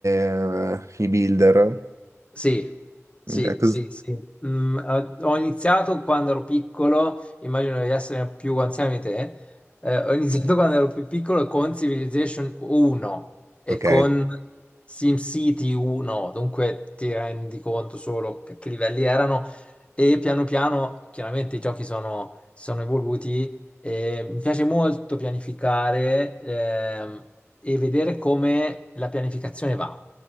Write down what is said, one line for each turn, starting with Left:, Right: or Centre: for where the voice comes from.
Right: eh, i Builder,
Left: Sì, sì,
Right: ok, cos-
Left: sì, sì. Mm, eh, ho iniziato quando ero piccolo, immagino di essere più anziano di te. eh, ho iniziato <laughs> quando ero più piccolo con Civilization 1 e
Right: ok,
Left: con SimCity 1, dunque ti rendi conto solo che, che livelli erano e piano piano chiaramente i giochi sono, sono evoluti e mi piace molto pianificare ehm, e vedere come la pianificazione va.